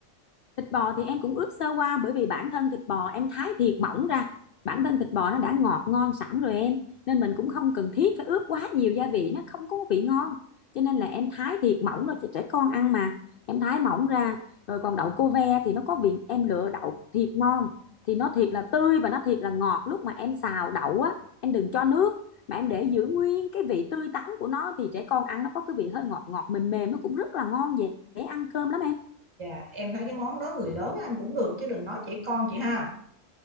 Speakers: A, on the left; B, on the right.
A: Thịt bò thì em cũng ướp sơ qua bởi vì bản thân thịt bò em thái thiệt mỏng ra. Bản thân thịt bò nó đã ngọt ngon sẵn rồi em. Nên mình cũng không cần thiết phải ướp quá nhiều gia vị nó không có vị ngon. Cho nên là em thái thiệt mỏng rồi cho trẻ con ăn mà. Em thái mỏng ra rồi còn đậu cô ve thì nó có vị em lựa đậu thiệt ngon thì nó thiệt là tươi và nó thiệt là ngọt lúc mà em xào đậu á, em đừng cho nước mà em để giữ nguyên cái vị tươi tắn của nó thì trẻ con ăn nó có cái vị hơi ngọt ngọt mềm mềm nó cũng rất là ngon dễ ăn cơm lắm em.
B: Dạ, em thấy cái món đó người lớn ăn cũng được chứ đừng nói trẻ con chị ha.